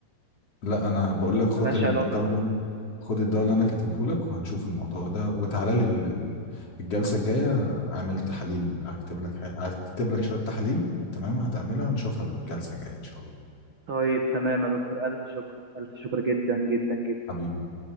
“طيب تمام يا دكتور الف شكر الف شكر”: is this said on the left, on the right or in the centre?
Right